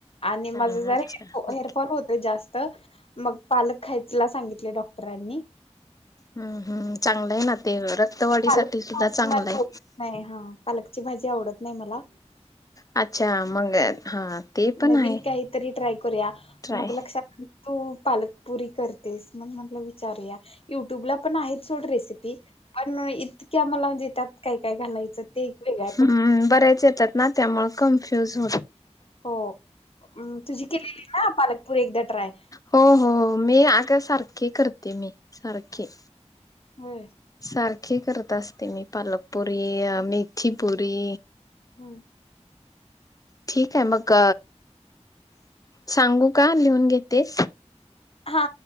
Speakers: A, on the left; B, on the left.
A: आणि माझ
B: हा
A: जरा
B: अच्छा ओके
A: हेअरफॉल होतोय जास्त. मग पालक खायचला सांगितली डॉक्टरांनी!
B: हूं हूं! चांगलं आहे ना ते, रक्तवाढी
A: पालक
B: साठी सुद्धा चांगलं
A: मला
B: आहे.
A: आवडत नाही हा पालकची भाजी आवडत नाही <inaudible>
B: अच्छा मंग हा! ते पण
A: नवीन
B: आहे
A: काहीतरी ट्राय करूया
B: ट्राय
A: मग लक्षात तू पालकपुरी करतेस मग म्हटलं विचारूया? युट्यूब ला पण आहेत सोड रेसिपी. अण इतक्या मला म्हणजे त्यात काय, काय घालायचं ते. वेगळं आहे
B: हूं
A: पण
B: बऱ्याच येतात ना त्, यामुळे कन्फ्युज हो
A: हो मं तुजी केलेली ना पालकपूरी एकदा ट्राय.
B: हो हो मी अग सारखी करते मी सारखी.
A: होय!
B: सारखी असते मी पालकपुरी अ मेथी पुरी.
A: हूं!
B: ठीक आहे मक सांगू का लिहून घेतेस?
A: हा